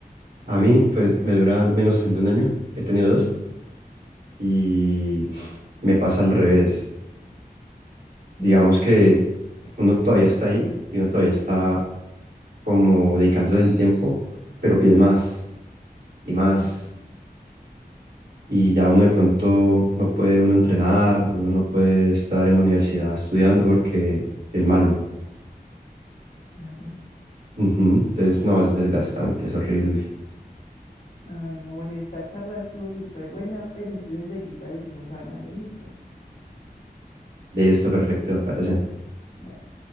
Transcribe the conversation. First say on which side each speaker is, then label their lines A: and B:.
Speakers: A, on the right; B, on the left.
A: A mí, pues, me duran menos de un año. He tenido dos.
B: Mm,
A: Y me pasa al revés. Digamos que uno todavía está ahí y uno todavía está como dedicándose el tiempo, pero piden más y más
B: mm,
A: y ya uno de pronto no puede uno entrenar, uno no puede estar en la universidad estudiando porque es malo.
B: claro.
A: Ujú, Entonces, no, es desgastante, es horrible.
B: Ay, no, bueno, esta charla estuvo súper buena, pero entonces enseguida seguimos hablando. Listo.
A: Listo, perfecto, me parece.
B: Dale.